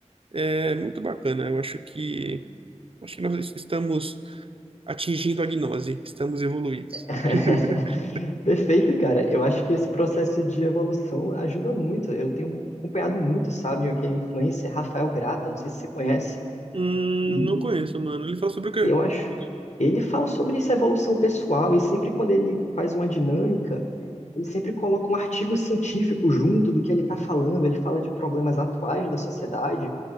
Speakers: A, on the right; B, on the left.
A: é muito bacana. Eu acho que, acho que nós estamos atingindo a gnose, estamos evoluídos.
B: <laughs>
A: <laughs>
B: Perfeito, cara. Eu acho que esse processo de evolução ajuda muito. Eu tenho acompanhado muito, sabe, aquele influencer Rafael Grata, não sei se você conhece,
A: Hum,
B: e
A: não conheço, mano. Ele fala sobre o quê?
B: eu acho ele fala sobre essa evolução pessoal e sempre quando ele faz uma dinâmica, ele sempre coloca um artigo científico junto do que ele está falando. Ele fala de problemas atuais da sociedade.